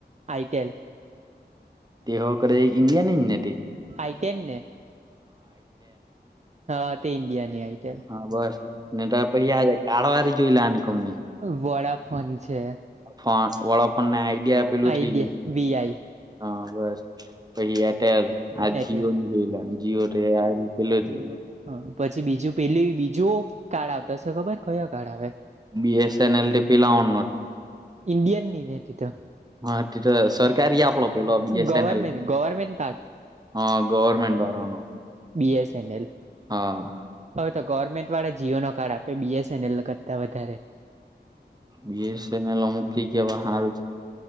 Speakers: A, on the right (about 40°); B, on the right (about 20°).
A: આઈટેલ
B: તેઓ કર ન્ડિયાની જ નથી
A: આઈટેન ને હા તે ઇન્ડિયા ની આઈટેલ.
B: હા બસ ને ત પછી કાળવાળ જોઈ લની કમની.
A: વોડા ફોન છે.
B: ફોન વડાફોન નાને આઈડિયા પેલું
A: આઈડિયા
B: થઈ ગ.
A: વીઆઈ
B: હા બસ પછી એટેલ. આ
A: એટેલ
B: જીઓ નની જોઈલા જીઓ પલો જે.
A: હ પછી બીજું પેલી બીજું કાર્ડ આવતોશે ખબર? કયો કાર્ડ આવે
B: બી એસ એન એલ પલાઓણ ન
A: ઈન્ડયન ની ને તિથ તો
B: હા ત તો સરકારી આપલો પેલો બીએસએનએલ
A: ગવર્મેન્ટ ગવર્મેન્ટ કાર્ડ
B: હ ગવરમેન્ટ વારા નુ
A: બી એસ એન એલ
B: હા
A: હવે તો ગવર્મેન્ટ વાળા જીઓ નો કાર્ડ આપે બીએસ એનએલ કરતા વધારે.
B: બી એસ એન એલ અમૂક જગ્યા હારુ